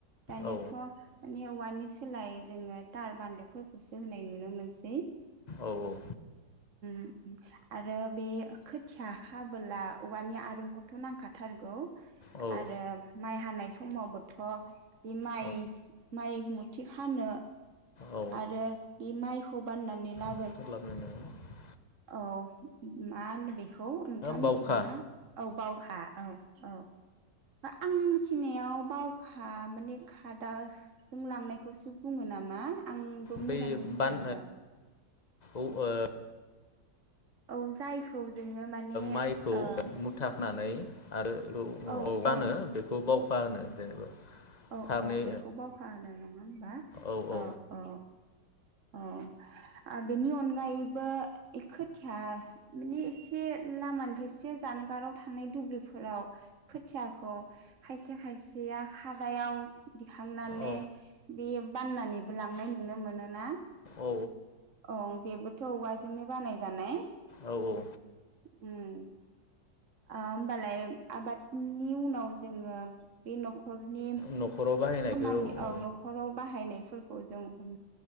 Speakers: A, on the right (about 50°); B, on the left (about 30°).
A: दानियाथ'
B: औ
A: औवानि सोलाय जोङो थार बान्दोफोरखौसो होनाय नुनो मोनस
B: औ औ
A: आरो बे खोथिया हाबोला औवानि आरुंखौथ' नांखाथारगौ
B: औ
A: आरो माइ हानाय समावबोथ' बे माइ
B: औ
A: माइ मुथि खानो
B: औ
A: आरो बि माइखौ बाननानै ला
B: <unintelligible>
A: औ मा होन बे खौ नोंथाङा
B: बावखा
A: मिथिगौना? औ बावखा औ औ आंनि मिथिनायाव बावखा माने खादाजों लांनायखौसो बुङो नामा आंबो मोजाङै
B: बै
A: मिथिया
B: बान
A: आरो
B: ओ औ ओ
A: औ जायखौ जोङो माने
B: माइखौ
A: ओ
B: मुथाखानै आरो बे अ
A: औ
B: बानो
A: औ
B: बेखौ बावखा होनो जेनेबा
A: औ
B: फारनै
A: औ बेखौ बावखा होनो नङा होमबा
B: औ
A: अ
B: औ
A: अ अ आरो बेनि अनगायैबो खो खोथिया माने एसे लामानिफ्राय एसे जानगाराव थानाय दुब्लिफोराव खोथियाखौ खायसे खायसे आ खा दायाव दिखां नानै
B: औ
A: बे बाननानैबो लांनाय नुनो मोनोना
B: औ
A: अ बेबो थ' औवाजोंनो बानायजानाय
B: औ औ
A: उम आ ओमबालाय आबादनि उनाव जोङो बे न'खर नि
B: न'खराव बाहायनायखौ
A: खामानि ओं
B: औ
A: न'खराव बाहायनायफोर खौ जों हम